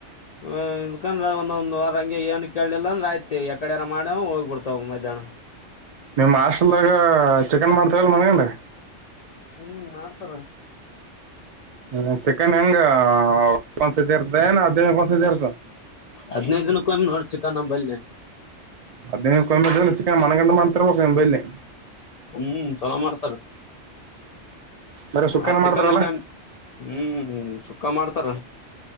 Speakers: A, on the left; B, on the right.
A: ಹ <unintelligible> ಇಕಂದ್ರ ಒಂದ ಒಂದ ವಾರ ಹಂಗೆ ಏ ಕೇಳಲಿಲ್ಲಂದ ಆಯ್ತಿ ಎಕಡಾರ ಮಾಡ ಹೋಗ್ಬಿಡ್ತಾವ ಮಧ್ಯಾಹ್ನ
B: ನಿಮ್ ಮಾಸ್ಲ್ದಾಗ ಚಿಕನ್ ಮಾಡ್ತ ಮನ್ಗಂಡ
A: ಹ್ಮ್ ಮಾಡ್ತಾರ
B: ಹ್ಮ ಚಿಕನ್ ಹೆಂಗ ಒಂದ್ಸತಿ ಇರ್ತಏ ಹದ್ಿನನ ಒಂದ್ಸತಿ ಇರ್ತ
A: ಹದಿನೈದು ದಿನಕ್ಕ ಒಿ ನೋ ಚಕ್ಕಾ ನಂಬಲ್ಲಿ
B: ಅದ ಕೊ ಮಣಗಂಡು <unintelligible> ಮಾತ್ರಲ್ಲೇ
A: ಹ್ಮ್ ಚಲೋ ಮಾಡ್ತಾರ
B: ಬರೀ ಸುಕ್ಕನ
A: ಆ ಚಿಕನ
B: ಮಾಡ್ತಾರಲ್ಲ
A: ಕ ಹ್ಮ್ ಸುಖ ಮಾಡ್ತಾರ